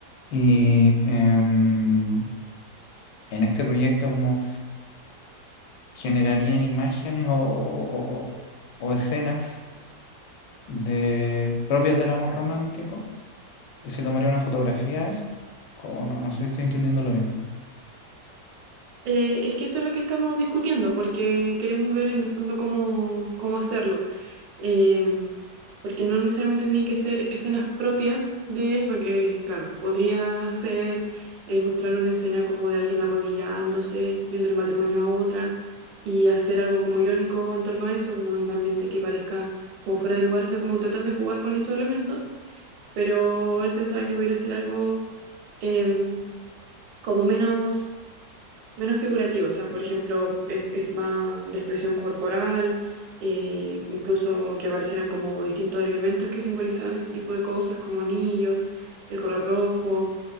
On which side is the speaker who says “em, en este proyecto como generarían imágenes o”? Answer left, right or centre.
Left